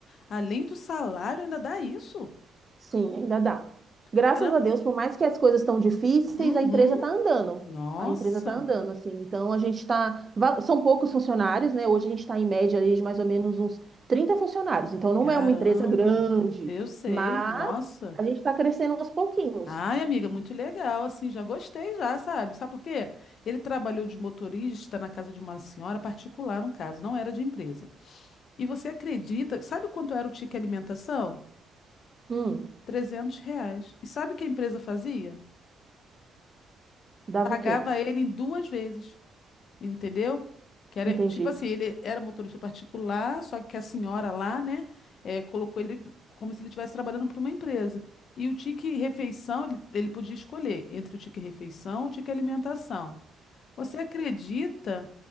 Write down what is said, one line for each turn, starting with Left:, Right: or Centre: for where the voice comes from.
Left: Além do salário, ainda dá isso.
Right: Sim, ainda dá. Graças
Left: Caramba.
Right: a Deus, por mais que as coisas estão difíceis,
Left: Uhum.
Right: a empresa tá andando.
Left: Nossa.
Right: A empresa tá andando, assim. Então a gente está são poucos funcionários, né? Hoje a gente está em média ali de mais ou menos uns 30 funcionários. Então não
Left: Caramba,
Right: é uma empresa grande,
Left: eu sei,
Right: mas
Left: nossa.
Right: a gente está crescendo aos pouquinhos.
Left: Ai, amiga, muito legal, assim, já gostei já, sabe? Sabe por quê? Ele trabalhou de motorista na casa de uma senhora particular, no caso, não era de empresa. E você acredita, sabe quanto era o ticket alimentação?
Right: Hum,
Left: 300 reais. E sabe o que a empresa fazia?
Right: dava
Left: Pagava
Right: o quê?
Left: ele em duas vezes. Entendeu? Que era,
Right: Entendi.
Left: tipo assim, ele era motorista particular, só que a senhora lá, né, eh, colocou ele como se ele estivesse trabalhando para uma empresa. E o tique refeição, ele ele podia escolher entre o tique refeição e o tique alimentação. Você acredita